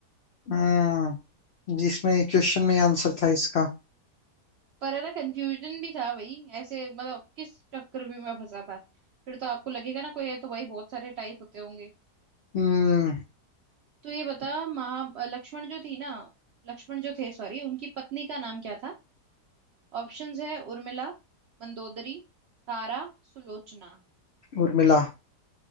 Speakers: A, on the left (about 85°); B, on the right (about 75°).
A: हम्म जिसमें ये क्वेश्चन में आंसर था इसका
B: पर है ना कंफ्यूजन भी था भाई ऐसे मतलब किस चक्रव्यूह में फंसा था फिर तो आपको लगेगा ना कोई है तो भाई बहुत सारे टाइप होते होंगे
A: हम्म
B: तो ये बता महा लक्ष्मण जो थी ना लक्ष्मण जो थे सॉरी उनकी पत्नी का नाम क्या था ऑप्शंस है उर्मिला मंदोदरी तारा सुलोचना
A: उर्मिला